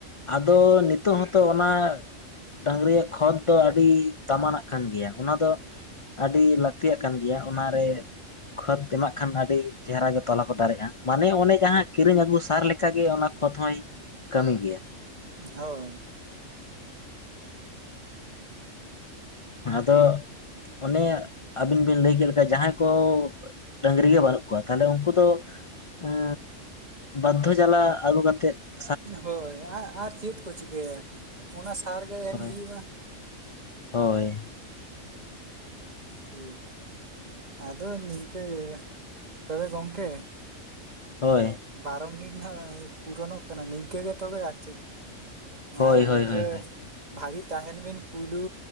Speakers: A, on the left; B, on the right.
A: ᱟᱫᱚ ᱱᱤᱛᱚᱜ ᱦᱚᱸᱛᱚ ᱚᱱᱟᱼᱼ ᱰᱟᱹᱝᱨᱤᱭᱟᱜ ᱠᱷᱚᱛ ᱫᱚ ᱟᱹᱰᱤ ᱫᱟᱢ ᱟᱱᱟᱜ ᱠᱟᱱ ᱜᱮᱭᱟ ᱾ ᱚᱱᱟ ᱫᱚ ᱟᱹᱰᱤ ᱞᱟᱹᱠᱛᱤᱭᱟᱜ ᱠᱟᱱ ᱜᱮᱭᱟ ᱚᱱᱟ ᱨᱮ ᱠᱷᱚᱛ ᱮᱢᱟᱜ ᱠᱷᱟᱱ ᱟᱹᱰᱤ ᱪᱮᱦᱨᱟ ᱜᱮ ᱛᱚᱞᱟ ᱠᱚ ᱫᱟᱨᱮᱜᱼᱟ ᱾ ᱢᱟᱱᱮ ᱚᱱᱮ ᱡᱟᱦᱟᱸ ᱠᱤᱨᱤᱧ ᱟᱹᱜᱩ ᱥᱟᱨ ᱞᱮᱠᱟ ᱜᱮ ᱚᱱᱟ ᱠᱷᱚᱛ ᱦᱚᱸᱭ ᱠᱟᱹᱢᱤ ᱜᱮᱭᱟ ᱾
B: ᱦᱳᱭ ᱾
A: ᱛᱚ ᱚᱱᱮ ᱟᱹᱵᱤᱱ ᱵᱤᱱ ᱞᱟᱹᱭ ᱠᱮᱫ ᱞᱮᱠᱟ ᱡᱟᱦᱟᱸᱭ ᱠᱚ ᱰᱟᱹᱝᱨᱤ ᱜᱮ ᱵᱟᱹᱱᱩᱜ ᱠᱚᱣᱟ ᱛᱟᱦᱞᱮ ᱩᱱᱠᱩ ᱫᱚ ᱩᱸ ᱵᱟᱫᱽᱫᱷᱚ ᱡᱟᱞᱟ ᱟᱹᱜᱩ ᱠᱟᱛᱮᱫ ᱾
B: ᱦᱳᱭ ᱟᱨ ᱟᱨ ᱪᱮᱫ ᱠᱚ ᱪᱤᱠᱟᱹᱭᱟ ᱚᱱᱟ ᱥᱟᱨ ᱜᱮ ᱮᱢ
A: ᱦᱳᱭ
B: ᱦᱩᱭᱩᱜᱼᱟ ᱾
A: ᱦᱳᱭ ᱾
B: ᱦᱩᱸ ᱟᱫᱚ ᱱᱤᱝᱠᱟᱹ, ᱛᱚᱵᱮ ᱜᱚᱝᱠᱮ
A: ᱦᱳᱭ ᱾
B: ᱵᱟᱨᱚ ᱢᱤᱱᱤᱴ ᱱᱟᱸᱜ ᱯᱩᱨᱚᱱᱼᱚᱜ ᱠᱟᱱᱟ, ᱱᱤᱝᱠᱟᱹ ᱜᱮ ᱛᱚᱵᱮ ᱟᱨ ᱪᱮᱫ ᱾
A: ᱦᱳᱭ
B: ᱟᱨ
A: ᱦᱳᱭ
B: ᱱᱤᱝᱠᱟᱹ
A: ᱦᱳᱭ ᱦᱳᱭ
B: ᱵᱷᱟᱹᱜᱤ ᱛᱟᱦᱮᱱ ᱵᱤᱱ ᱯᱩᱭᱞᱳ